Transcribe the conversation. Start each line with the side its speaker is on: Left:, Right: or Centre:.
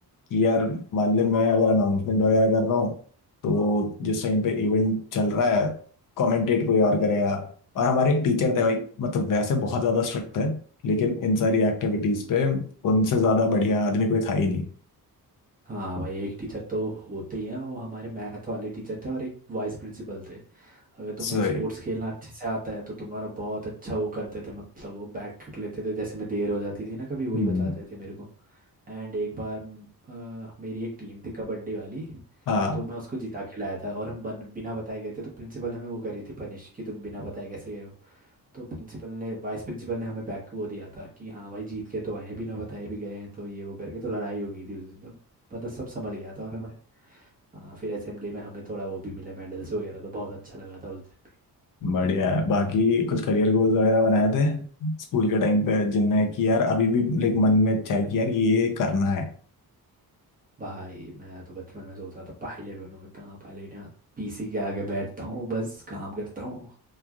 Left: कि यार मान ले मैं अगर अनाउंसमेंट वगैरह कर रहा हूँ तो जिस टाइम पे इवेंट चल रहा है कमेंटेट कोई और करेगा और हमारे एक टीचर थे भाई मतलब वैसे बहुत ज्यादा स्ट्रिक्ट थे लेकिन इन सारी एक्टिविटीज पे उनसे ज्यादा बढ़िया आदमी कोई था ही नहीं
Right: हाँ भाई एक टीचर तो होते ही हैं वो हमारे मैथ वाले टीचर थे और एक वाइस प्रिंसिपल थे अगर तुम्हें
Left: सही
Right: स्पोर्ट्स खेलना अच्छे से आता है तो तुम्हारा बहुत अच्छा वो करते थे मतलब वो बैक कर लेते थे जैसे मैं देर हो जाती थी ना कभी वही
Left: हम्म
Right: बताते थे मेरे को एंड एक बार म, अ, मेरी एक टीम थी कबड्डी वाली
Left: हाँ
Right: तो मैं उसको जिता के लाया था और हम बन, बिना बताए गए थे तो प्रिंसिपल हमें वो करी थी पनिश कि तुम बिना बताए कैसे गए तो प्रिंसिपल ने वाइस प्रिंसिपल ने हमें बैक वो दिया था कि हाँ भाई जीत के तो आए हैं बिना बताए भी गए हैं तो ये वो करके तो लड़ाई हो गई थी उस दिन तो मतलब सब संभल गया था और हमें हाँ फिर असेंबली में हमें थोड़ा वो भी मिले मेडल्स वगैरह तो बहुत अच्छा लगा था उस दिन भी
Left: बढ़िया है बाकी कुछ करियर गोल्स वगैरह बनाए थे स्कूल के टाइम पे जिनमें कि यार अभी भी लाइक मन में इच्छा है कि यार ये करना है
Right: भाई मैं तो बचपन में सोच रहा था पायलट बनूंगा कहाँ पायलट यहाँ पीसी के आगे बैठता हूँ बस काम करता हूँ